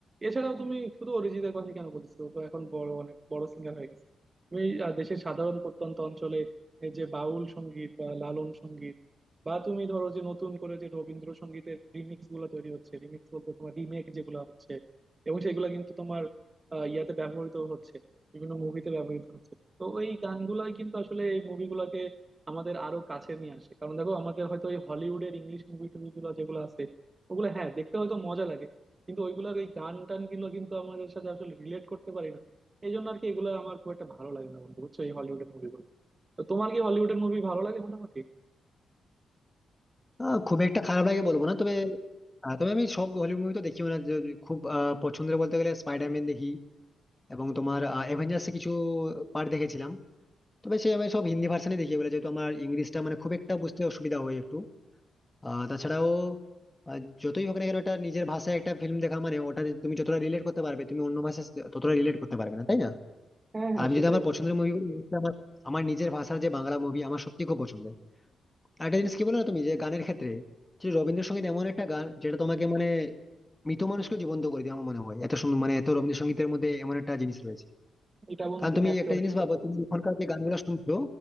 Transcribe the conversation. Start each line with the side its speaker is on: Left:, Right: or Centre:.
Right: এছাড়াও তুমি শুধু অরিজিতের কথা কেন বলছো ও তো এখন বড় অনেক বড় সিঙ্গার হয়ে গেছে তুমি আহ, দেশের সাধারণ প্রত্যন্ত অঞ্চলে এই যে বাউল সঙ্গীত বা লালন সঙ্গীত বা তুমি ধরো যে নতুন করে যে রবীন্দ্রসঙ্গীতের রিমিক্স গুলো তৈরি হচ্ছে রিমিক্স বলতে তোমার রিমেক যেগুলো হচ্ছে এবং সেগুলো কিন্তু তোমার আহ, ইয়াতে ব্যবহৃত হচ্ছে বিভিন্ন মুভিতে ব্যবহৃত হচ্ছে তো ওই গানগুলাই কিন্তু আসলে এই মুভিগুলোকে আমাদের আরো কাছে নিয়ে আসে কারণ দেখো আমাদের হয়তো ওই হলিউডের ইংলিশ মুভি টুভি গুলো যেগুলো আছে ওগুলো হ্যাঁ দেখতে হয়তো মজা লাগে কিন্তু ওইগুলার ওই গান টান গুলো কিন্তু আমাদের সাথে আসলে রিলেট করতে পারি না এই জন্য আর কি এগুলো আমার খুব একটা ভালো লাগে না বন্ধু বুঝছো এই হলিউডের মুভিগুলো তো তোমার কি হলিউডের মুভি ভালো লাগে মোটামুটি
Left: আহ, খুব একটা খারাপ লাগে বলবো না তবে আহ, তবে আমি সব হলিউড মুভি তো দেখিও না যে খুব আহ, পছন্দের বলতে গেলে স্পাইডারম্যান দেখি এবং তোমার অ্যাভেঞ্জার্স কিছু পার্ট দেখেছিলাম তবে সে আমি সব হিন্দি ভার্সানে দেখি বলে যেহেতু আমার ইংলিশটা মানে খুব একটা বুঝতে অসুবিধা হয় একটু আহ, তাছাড়াও আহ, যতই হোক না কেন একটা নিজের ভাষায় একটা ফিল্ম দেখা মানে ওটা তুমি যতটা রিলেট করতে পারবে তুমি অন্য ভাষায় ততটা রিলেট করতে পারবে না তাই না
Right: হ্যাঁ হ্যাঁ
Left: আর আমি
Right: সেটাই
Left: যদি আমার পছন্দের মুভি বলি, আমার আমার নিজের ভাষার যে বাংলা মুভি আমার সত্যি খুব পছন্দের আরেকটা জিনিস কি বলো না তুমি যে গানের ক্ষেত্রে যে রবীন্দ্রসঙ্গীত এমন একটা গান যেটা তোমাকে মানে মৃত মানুষকে জীবন্ত করে দেয় আমার মনে হয় এত সুন্দর মানে এত রবীন্দ্রসঙ্গীতের মধ্যে এমন একটা জিনিস রয়েছে
Right: এটা বন্ধু
Left: কারণ
Right: তুমি
Left: তুমি
Right: একেবারে
Left: একটা জিনিস
Right: ঠিক
Left: ভাবো
Right: কথা বলছো
Left: তুমি এখনকার যে গানগুলো শুনছো